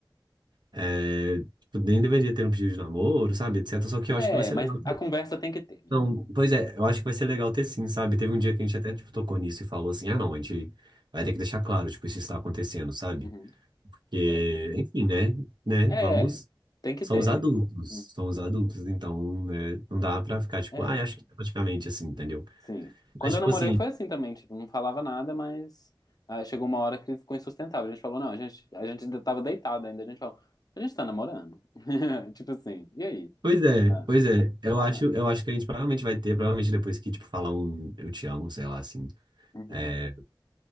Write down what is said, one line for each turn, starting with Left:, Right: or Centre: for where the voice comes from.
Right: é, tipo, nem deveria ter um pedido de namoro, sabe? Etc. Só que
Left: É,
Right: eu acho que vai ser
Left: mas
Right: legal.
Left: a conversa tem que ter, amigo.
Right: Não, pois é, eu acho que vai ser legal ter sim, sabe? Teve um dia que a gente até, tipo, tocou nisso e falou assim, ah, não, a gente vai ter que deixar claro, tipo, isso está acontecendo, sabe?
Left: Uhum.
Right: Porque,
Left: É,
Right: enfim, né? Né?
Left: é,
Right: Vamos,
Left: tem que
Right: são
Left: ter.
Right: os adultos,
Left: Uhum.
Right: são os adultos, então, né, não dá pra ficar, tipo,
Left: É.
Right: ah, acho que tá praticamente assim, entendeu?
Left: Sim. Quando
Right: Mas,
Left: eu
Right: tipo
Left: namorei
Right: assim,
Left: foi assim também, tipo, não falava nada, mas ah, chegou uma hora que ficou insustentável. A gente falou, não, a gente, a gente ainda tava deitado ainda, a gente falou, a gente tá namorando. <laughs> Tipo assim, e aí?
Right: pois é,
Left: Ah,
Right: pois é, eu acho,
Left: ah,
Right: eu acho que a gente provavelmente vai ter, provavelmente depois que, tipo, falar um eu te amo, sei lá, assim,
Left: uhum.
Right: é,